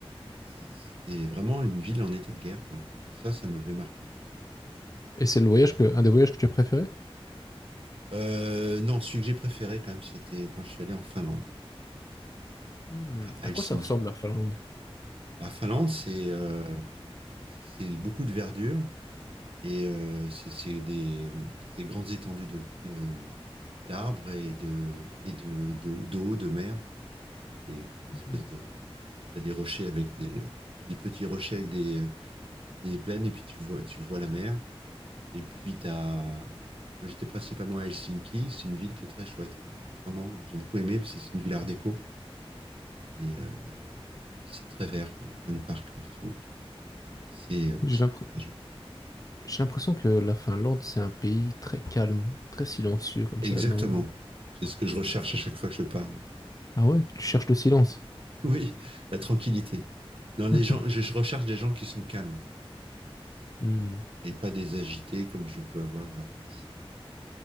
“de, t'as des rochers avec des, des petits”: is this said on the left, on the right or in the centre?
Right